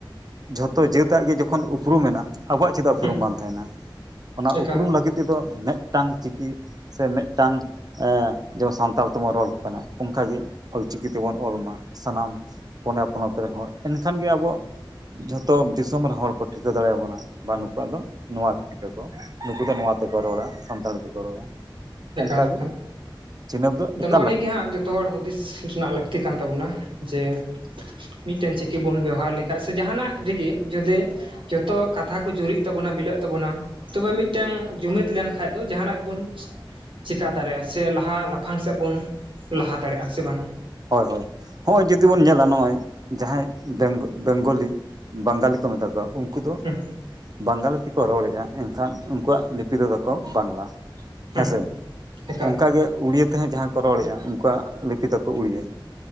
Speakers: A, on the right; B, on the right.
A: ᱡᱷᱚᱛᱚ ᱡᱟᱹᱛᱟᱜ ᱜᱮ ᱡᱚᱠᱷᱚᱱ ᱩᱯᱨᱩᱢ ᱢᱮᱱᱟᱜ ᱟᱵᱚᱣᱟᱜ ᱪᱮᱫᱟᱜ ᱩᱯᱨᱩᱢ
B: ᱦᱮᱸ
A: ᱵᱟᱝ ᱛᱟᱦᱮᱱᱟ ᱚᱱᱟ
B: ᱮᱠᱟᱞ
A: ᱩᱯᱨᱩᱢ ᱞᱟᱹᱜᱤᱫ ᱛᱮᱫᱚ ᱢᱤᱫᱴᱟᱝ ᱪᱤᱠᱤ ᱥᱮ ᱢᱤᱫᱴᱟᱝ ᱡᱮᱢᱚᱱ ᱥᱟᱱᱛᱟᱲ ᱛᱮᱵᱚᱱ ᱨᱚᱲ ᱠᱟᱱᱟ ᱚᱱᱠᱟ ᱜᱮ ᱚᱞᱪᱤᱠᱤ ᱛᱮᱵᱚᱱ ᱚᱞ ᱢᱟ ᱥᱟᱱᱟᱢ ᱯᱚᱱᱚᱛ ᱨᱮᱱ ᱦᱚᱲ ᱮᱱᱠᱷᱟᱱ ᱜᱮ ᱟᱵᱚᱣᱟᱜ ᱡᱷᱚᱛᱚ ᱫᱤᱥᱚᱢ ᱨᱮᱱ ᱦᱚᱲ ᱠᱚ ᱴᱷᱤᱠᱟᱹ ᱫᱟᱲᱮᱭᱟᱵᱚᱱᱟ ᱵᱟᱹᱱᱩ ᱠᱚᱣᱟᱜ ᱟᱫᱚ ᱱᱚᱣᱟ ᱛᱮᱠᱚ ᱱᱩᱠᱩ ᱫᱚ ᱱᱚᱣᱟ ᱛᱮᱠᱚ ᱨᱚᱲᱟ ᱥᱟᱱᱛᱟᱲᱤ ᱛᱮᱠᱚ ᱨᱚᱲᱟ
B: ᱮᱠᱟᱞ
A: ᱚᱱᱠᱟ
B: ᱮᱠᱟᱞ
A: ᱜᱮ ᱪᱤᱱᱦᱟᱹᱯ ᱫᱚ
B: ᱟᱫᱚ
A: ᱮᱠᱟᱞ
B: ᱱᱚᱜᱼᱚ ᱱᱤᱭᱟᱹ
A: ᱞᱟᱹᱠᱛᱤ
B: ᱜᱮ ᱦᱟᱸᱜ
A: ᱠᱟᱱᱟ
B: ᱡᱚᱛᱚ ᱦᱚᱲ ᱦᱩᱫᱤᱥ ᱨᱮᱱᱟᱜ ᱞᱟᱹᱠᱛᱤ ᱠᱟᱱ ᱛᱟᱵᱚᱱᱟ ᱡᱮ ᱢᱤᱫ ᱴᱟᱝ ᱪᱤᱠᱤ ᱵᱚᱱ ᱵᱮᱵᱚᱦᱟᱨ ᱞᱮ ᱥᱮ ᱡᱟᱦᱟ ᱱᱟᱜ ᱨᱮᱜᱮ ᱡᱩᱫᱤ ᱡᱚᱛᱚ ᱠᱟᱛᱷᱟ ᱠᱚ ᱡᱩᱨᱤᱜ ᱛᱟᱵᱚᱱᱟ ᱢᱤᱞᱟᱹᱜ ᱛᱟᱵᱚᱱᱟ ᱛᱚᱵᱮ ᱢᱤᱫᱴᱟᱝ ᱡᱩᱢᱤᱫ ᱞᱮᱱᱠᱷᱟᱱ ᱫᱚ ᱡᱟᱦᱟᱱᱟᱜ ᱜᱮᱵᱚᱱ ᱪᱮᱠᱟ ᱫᱟᱲᱮᱭᱟᱜᱼᱟ ᱥᱮ ᱞᱟᱦᱟ ᱞᱟᱯᱷᱟᱝ ᱥᱮᱫ ᱵᱚᱱ ᱞᱟᱦᱟ ᱫᱟᱲᱮᱭᱟᱜᱼᱟ ᱥᱮ ᱵᱟᱝ
A: ᱦᱳᱭ ᱦᱳᱭ ᱦᱚᱸᱜᱼᱚᱭ ᱡᱩᱫᱤ ᱵᱚᱱ ᱧᱮᱞᱟ ᱱᱚᱜᱼᱚᱭ ᱡᱟᱦᱟᱸᱭ ᱵᱮᱝᱜ ᱵᱮᱝᱜᱚᱞᱤ ᱵᱟᱝᱜᱟᱞᱤ ᱠᱚ ᱢᱮᱛᱟ ᱠᱚᱣᱟ ᱩᱱᱠᱩ ᱩᱱᱠᱩ ᱫᱚ
B: ᱦᱩᱸ
A: ᱵᱟᱝᱜᱟᱞᱤ ᱛᱮᱠᱚ ᱨᱚᱲᱮᱫᱼᱟ ᱮᱱᱠᱷᱟᱱ ᱩᱱᱠᱩᱣᱟᱜ ᱞᱤᱯᱤ ᱫᱚ ᱛᱟᱠᱚ ᱵᱟᱝᱞᱟ
B: ᱦᱩᱸ
A: ᱦᱮᱸᱥᱮ
B: ᱦᱩᱸ ᱮᱠᱟᱞ
A: ᱚᱱᱠᱟᱜᱮ ᱩᱲᱤᱭᱟᱹ ᱛᱮᱦᱚᱸ ᱡᱟᱦᱟᱸ ᱠᱚ ᱨᱚᱲᱮᱫᱼᱟ ᱩᱱᱠᱩᱣᱟᱜ ᱞᱤᱯᱤ ᱛᱟᱠᱚ ᱩᱲᱤᱭᱟᱹ